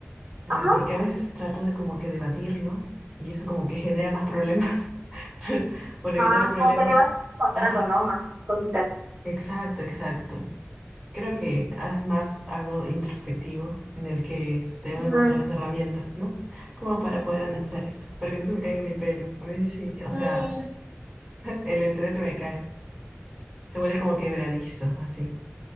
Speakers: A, in the centre; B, on the right.
A: eh,
B: Ajá,
A: porque a veces trato de como que debatirlo y eso como que genera más problemas <laughs> por evitar
B: ajá,
A: un problema.
B: como que le vas encontrando,
A: Ajá,
B: ¿no? Más cositas.
A: exacto, exacto. Creo que es más algo introspectivo en el que debo
B: Ujú.
A: encontrar las herramientas, ¿no? como para poder analizar esto, para que no se me caiga mi pelo. A veces sí, sí, o
B: Sí.
A: sea, El estrés se me cae. Se vuelve como quebradizo, así.